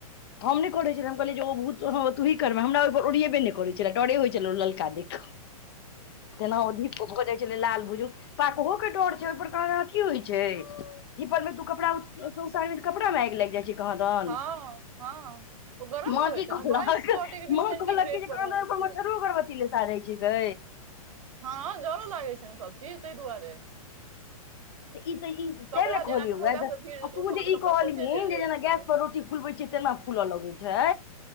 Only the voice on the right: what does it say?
हँ हँ ओ गरम
रहै
छै
ने बाइस सए डिग्री
सेंटीग्रेड
पर
रहै छै
हँ जरो लागैत छै न सभ चीज ताहि दुआरे
कपड़ा
जेना
हल्का सा भीड़ जेतौ
उठो
मे तऽ
कपड़ा
सोझे जरि जाइ
छै